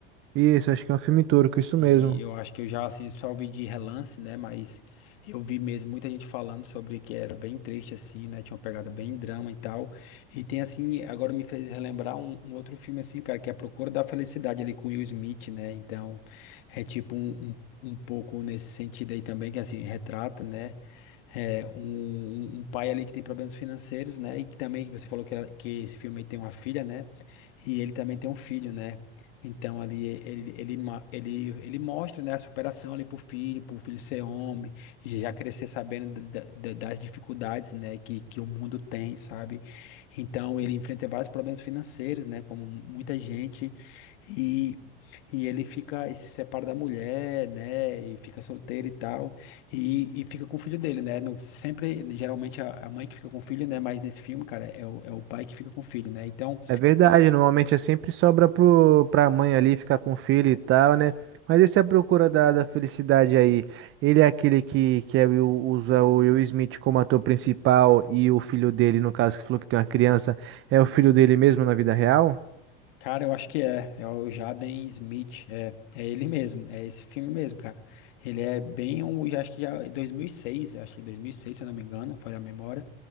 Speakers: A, on the right; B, on the left.
A: Isso, acho que é um filme turco,
B: Sim,
A: isso mesmo.
B: eu acho que eu já assim só vi de relance, né? Mas eu vi mesmo muita gente falando sobre que era bem triste assim, né? Tinha uma pegada bem drama e tal. E tem assim, agora me fez relembrar um, um outro filme assim, cara, que é A Procura da Felicidade ali com Will Smith, né? Então, é tipo um, um, um pouco nesse sentido aí também que assim retrata, né? É, um, um um pai ali que tem problemas financeiros, né? E que também você falou que, ela- que esse filme aí tem uma filha, né? E ele também tem um filho, né? Então ali ele, ele, ma- ele, ele mostra, né, a superação ali pro filho, pro filho ser homem, já crescer sabendo da- da- das dificuldades, né, que, que o mundo tem, sabe? Então ele enfrenta vários problemas financeiros, né, como muita gente, e, e ele fica, e se separa da mulher, né, e fica solteiro e tal, e, e fica com o filho dele, né? No, sempre, geralmente a, a mãe que fica com o filho, né, mas nesse filme, cara, é o, é o pai que fica com o filho, né? Então
A: É verdade, normalmente é sempre sobra pro, pra mãe ali ficar com o filho e tal, né? Mas esse é a procura da, da felicidade aí. Ele é aquele que, que é o- usa o Will Smith como ator principal e o filho dele, no caso, que falou que tem uma criança, é o filho dele mesmo na vida real?
B: Cara, eu acho que é. É o Jaden Smith. É, é ele mesmo. É esse filme mesmo, cara. Ele é bem um. Já, acho que já é 2006. eu Acho que é 2006, se eu não me engano. Falha a memória.